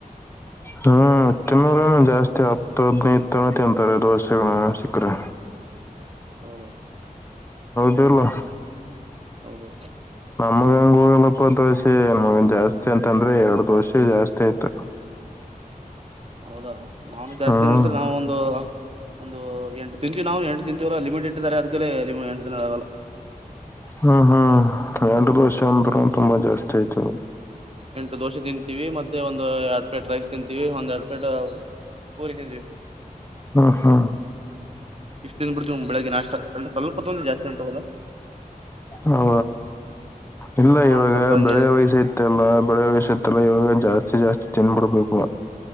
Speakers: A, on the left (about 15°); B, on the right (about 40°).
A: ಹ್ಮ್ ತಿನ್ನೂರಗೇನಾ ಜಾಸ್ತಿ ಹತ್ತು ಹದ್ಿನೈದು ತರ ತಿಂತಾರೆ ಒಂದೊಂದ್ ಸಿಕ್ಕರೆ
B: ಹೌದೌದು
A: ಎಲ್ಲಾ <unintelligible>
B: ಹೌದು
A: ನಮಗಂಗೂ <unintelligible> ನಗನ್ ಜಾಸ್ತಿ ಅಂತಂದ್ರೆ ಎರಡ್ದ ವರ್ಷ ಜಾಸ್ತಿ ಆಯ್ತು
B: ಹೌದಾ ನಾವನು ಜಾಸ್ತ
A: ಹ್ಮ್
B: ಏನ ಇಲ್ರ ನಾವವು ಒಂದು ಒಂದು ಎಂಟು ತಿನ್ ನಾವು ಎಟು ತಿಂತೀವಲ್ಲ ಲಿಮಿಟೆ ಇ ಇದ್ದಾರೆ ಅದ್ೇ ಲ ಎಂುಿನದ ಆಗಲ್ಲ
A: ಹ್ಮ್ ಹ್ಮ್ ರಂಡ ದಿವಸ ಅಂದ ತುಂಬಾ ಜಾಸ್ತಿ ಆಯತು
B: ಎಂಟು ದೋಸೆ ತಿಂತೀವಿ ಮತ್ತೆ ಒಂದು ಎರಡ್ ಪ್ಲೇಟ್ ರೈಸ್ ತಿಂತೀವಿ ಒಂದ್ ಎರಡ್ ಪ್ಲೇಟ್ ಪೂರಿ ತಿಂತಿವವಿ
A: ಹ್ಮ್ ಹ್ಮ್
B: ಇಷ್ಟ ದನ್ ಬಿಡ್ತೀ್ಳಗ್ಗೆಾಷ್ಟ ಸ ಸ್ವಲ್ಪ ತಂದು ಜಾಸ್ತಿ ಅಂತಗಲ್ಲ
A: ಹೌ ಇಲ್ಲ
B: ಹಾ
A: ಇವಾಗ
B: ಸ್ವಲ್ಪ ಹಂಗೆ
A: ಬೆಳೆ ವಯ್ಸ ತೆಲ್ಲ ಬೆಳೆ ವಯಸ್ಸೈತ್ತಲ್ಲ ಇವಾಗ ಜಾಸ್ತಿ ಜತಿ ಜಾಸ್ತಿ ತಿನ್ಬಿಡ್ಬೇಕು